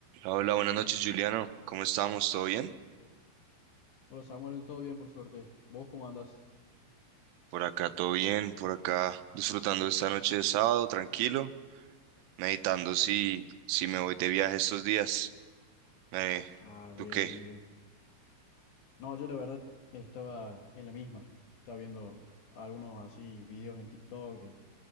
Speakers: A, on the right (about 80°); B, on the left (about 65°).
A: Hola, buenas noches, Juliano. ¿Cómo estamos? ¿Todo bien?
B: Hola Samuel, todo bien por suerte. ¿Vos cómo andas?
A: Por acá, todo bien. Por acá, disfrutando esta noche de sábado, tranquilo. Meditando si, si me voy de viaje estos días. Eh,
B: Ah,
A: ¿tú
B: bien,
A: qué?
B: bien, bien. No, yo la verdad estaba en la misma. Estaba viendo algunos así videos en TikTok de,